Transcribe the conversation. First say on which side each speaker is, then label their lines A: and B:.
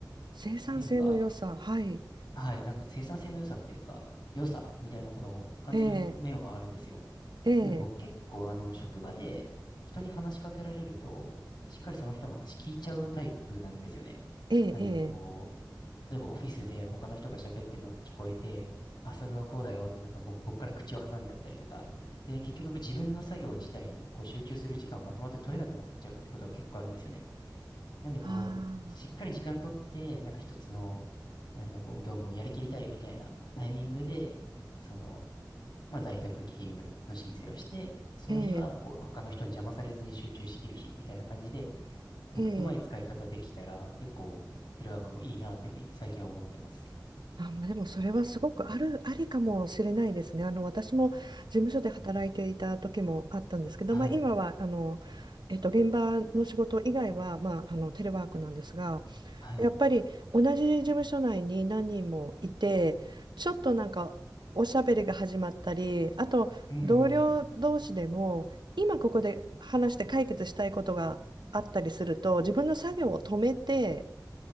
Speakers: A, on the right; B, on the left.
A: 生産性の良さ。
B: っていうのが、
A: はい。
B: はい、なんか生産性の良さっていうか、良さみたいなことを感じる面はあるんですよ。
A: ええ。
B: っていうのが僕結構あの職場で人に話しかけられると、
A: ええ。
B: しっかりその人の話聞いちゃうタイプなんですよね。
A: ええ、
B: なんでこう、
A: ええ、
B: 例えばオフィスで他の人が喋ってるの聞こえて、あ、それはこうだよってなんか僕、僕から口を挟んじゃったりとか、で、結局自分の作業自体にこう集中する時間をまとまって取れなくなっちゃうってことが結構あるんですよね。なんでこう、
A: ああ、
B: しっかり時間取って、なんか一つの、なんかこう、業務をやりきりたいみたいなタイミングで、その、まあ在宅勤務の申請をして、その日はこう、
A: ええ、
B: 他の人に邪魔されずに集中しきる日みたいな感じで、なんかうまい使い方できたら、
A: ええ、
B: 結構テレワークもいいなっていうふうに最近は思ってます。
A: あ、まあ、でもそれはすごくある、ありかもしれないですね。あの、私も事務所で働いていた時もあったんですけど、
B: うん。はい。
A: まあ、今は、あの、えっと、現場の仕事以外は、まあ、あの、テレワークなんですが、
B: はいはい。
A: やっぱり同じ事務所内に何人もいて、ちょっとなんかおしゃべりが始まったり、あと同僚同士でも、
B: うんうんうん。
A: 今ここで話して解決したいことがあったりすると、自分の作業を止めて、